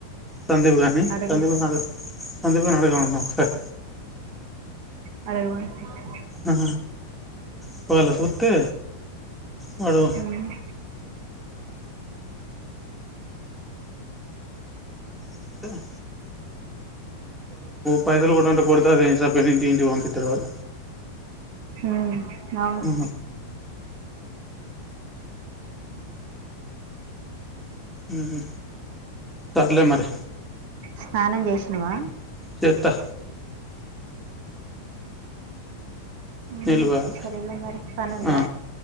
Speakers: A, in the centre; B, on the right.
A: సందీప్గాన్ని
B: అడుగు
A: సందీప్ గాడు సందీప్గాన్ని అడగమంట ఒకసారి
B: అడగమను
A: ఆ ఒకవేళ సూత్తే వాడు
B: ఉమ్,
A: త్త పైసలు కొట్టమంటే కొడితే అదే సెపరేటుగా ఇంటికి పంపిత్తడు వాడు
B: ఉమ్, అవును
A: ఆ ఉ సర్లే మరి
B: స్నానం చేసినవా
A: చెత్తా
B: ఉమ్,
A: నీళ్ళు పోయాలి
B: సరేలే మరి పనుందా
A: ఆ